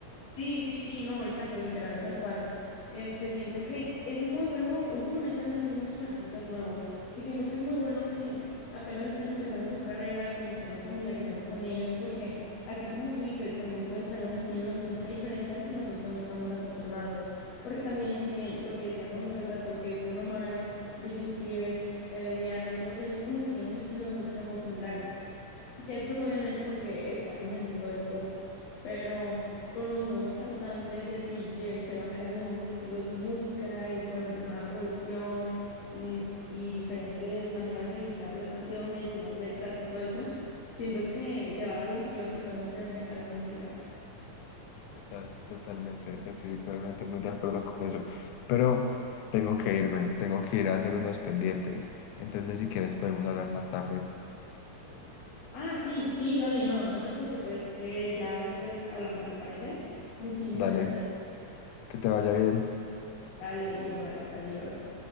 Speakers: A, on the left; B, on the left.
A: Sí, sí, sí, no, exacto, literal, tal cual. Este, siento que es muy bueno, últimamente han salido muchos artistas nuevos y siento que es muy bueno que apenas estén empezando su carrera y nos estemos familiarizando con ellos porque así como tú dices, también pueden traer un estilo de música diferente al que nosotros no estamos acostumbrados. Porque también, si bien lo que decíamos más al rato, que Bruno Mars, Britney Spears, eh, Rihanna y todos ellos como que tienen un estilo de música muy similar. Ya después, obviamente, porque están en el mundo del pop, pero con los nuevos cantantes y así que se van creando nuevos estilos de música y con nueva producción mm, y diferentes maneras de editar las canciones y las letras y todo eso, siento que le va a dar un giro totalmente a la música.
B: Total, totalmente, estoy totalmente muy de acuerdo con eso. Pero tengo que irme, tengo que ir a hacer unos pendientes. Entonces, si quieres, podemos hablar más tarde.
A: Ah, sí, sí, dale, no, no te preocupes, eh, ya después hablamos, ¿te parece? Muchísimas
B: Dale.
A: gracias.
B: Que te vaya bien.
A: Dale, igual, adiós.